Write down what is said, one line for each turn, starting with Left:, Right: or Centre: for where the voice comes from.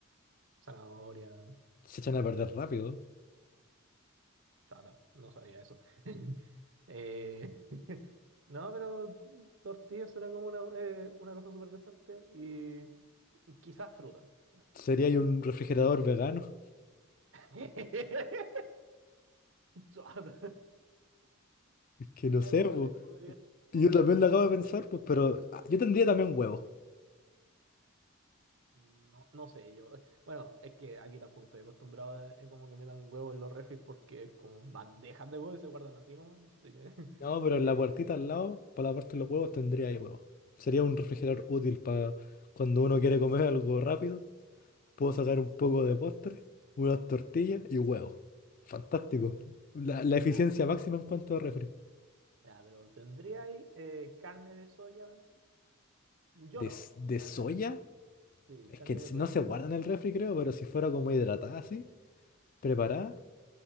Right: zanahoria,
Left: Se echan a perder rápido.
Right: chata, no sabía eso. <laughs> Eh, <laughs> no, pero tortilla suena como una, eh, una cosa súper decente y quizás fruta.
Left: Sería
Right: La-
Left: ahí un refrigerador vegano,
Right: <laughs> Chata.
Left: <laughs> Es que
Right: Eh,
Left: no sé,
Right: po-
Left: pues.
Right: eh, podría, podría
Left: Y yo también
Right: ser,
Left: lo acabo
Right: pero
Left: de pensar, pues, pero ah, yo tendría también huevos.
Right: No, no sé, yo. Bueno, es que aquí tampoco estoy acostumbrado a eh, como que metan huevos en los refris porque es como bandejas de huevos y se guardan así nomás. Así que. <laughs>
Left: No, pero en
Right: eh,
Left: la puertita al lado, para la parte de los huevos, tendría ahí huevos. Sería un refrigerador
Right: mm,
Left: útil para cuando uno quiere comer algo rápido. Puedo sacar un poco de postre, unas tortillas y huevos. Fantástico.
Right: mm.
Left: La, la
Right: ya,
Left: eficiencia
Right: a ver,
Left: máxima en cuanto a refri.
Right: ya, pero ¿tendría ahí eh, carne de soya dentro? Yo
Left: De,
Right: no.
Left: s- de
Right: Ah,
Left: soya,
Right: eh, sí,
Left: es
Right: carne
Left: que s-
Right: de soya.
Left: no se guarda en el refri, creo, pero si fuera como hidratada así, preparada,